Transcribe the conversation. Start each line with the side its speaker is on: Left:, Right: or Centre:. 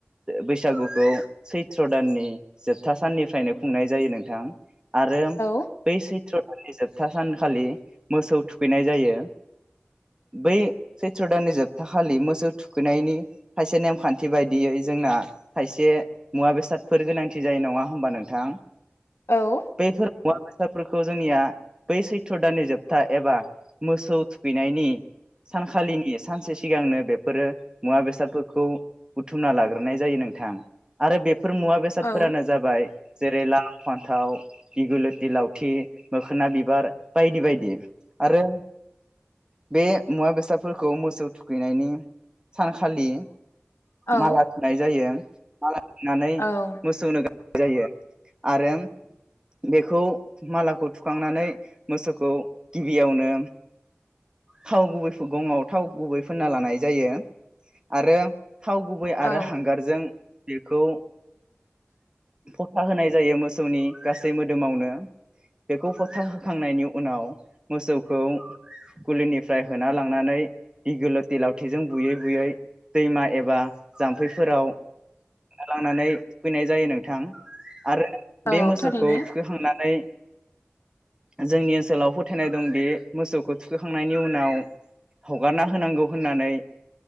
Right: बैसागुखौ सैथ्र छैत्र दाननि जोबथा साननिफ्रायनो खुंनाय जायो नोंथां। आरो
Left: औ
Right: बै चैत्र नि जोबथा सानखालि मोसौ थुखैनाय जायो बै चैत्र दाननि जोबथा खालि मोसौ थुखैनायनि खायसे नेमखान्थि बायदियै जोंना खायसे मुवा बेसाद बेसादफोर गोनांथि जायो नङा होमबा नोंथां?
Left: औ ।
Right: बैफोर मुवा बेसादफोरखौ जोंनिया बै चैत्र दाननि जोबथा एबा मोसौ थुखैनायनि सानखालिनि सानसे सिगांनो बेफोरो मुवा बेसादफोरखौ बुथुमना लाग्रोनाय जायो नोंथां आरो बे बेफोर मुवा बेसादफोरानो
Left: औ
Right: जाबाय जेरै लाव, फान्थाव, इगुलथि, लावथि, मोखोना बिबार, बायदि बायदि आरो बे मुवा बेसादफोरखौ मोसौ थुखैनायनि सानखालि
Left: औ
Right: माला थुनाय जायो । माला नानै
Left: औ
Right: मोसौनो गां जायो आरो बेखौ मालाखौ थुखांनानै मोसौखौ गिबियावनो थाव गुबै गङआव थाव गुबै फोनना लानाय जायो आरो थाव गुबै
Left: औ
Right: आरो हांगारजों <unintelligible> खौ फ'था होनाय जायो मोसौनि गासै मोदोमावनो बेखौ फ'था होखांनायनि उनाव मोसौखौ गुलिनिफ्राय होना लांनानै इगोलोति लावथिजों बुयै बुयै दैमा एबा जाम्फैफोराव लांनानै थुखैनाय जायो नोंथां आरो
Left: औ
Right: बे मोसौखौ
Left: थारैनो
Right: थुखैखांनानै जोंनि ओनसोलाव फोथायनाय दंदि मोसौखौ थुखैखांनायनि उनाव हगारना होनांगौ होननानै